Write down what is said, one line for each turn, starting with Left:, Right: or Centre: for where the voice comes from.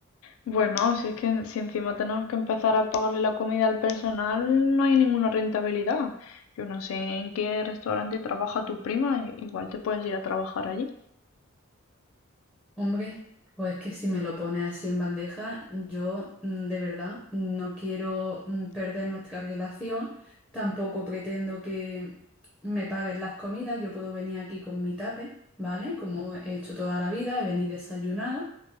Left: Bueno, si es que si encima tenemos que empezar a pagarle la comida al personal, no hay ninguna rentabilidad. Yo no sé en qué restaurante trabaja tu prima, i- igual te puedes ir a trabajar allí.
Centre: Hombre, pues que si me lo pones así en bandeja, yo mm, de verdad no quiero mm, perder nuestra relación, tampoco pretendo que me paguen las comidas, yo puedo venir aquí con mi tape, ¿vale? Como he hecho toda la vida, he venido desayunada